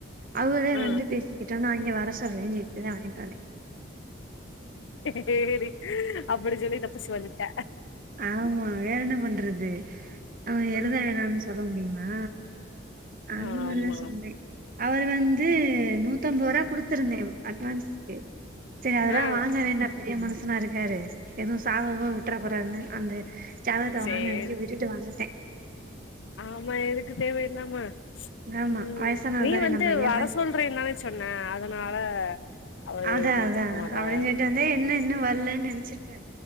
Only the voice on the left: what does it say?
ஆ
சேரி அப்டி சொல்லி தப்பிச்சி வந்ட்ட
ம்
ஆமா
ஆமா
ஆ
சேரி
ஆமா எதுக்கு தேவையில்லாம
ம்
நீ
வந்து
வர
சொல் றோன்னுதான சொன்ன அதனால அவரு
குடுத்துருக்க
மாட்டாரு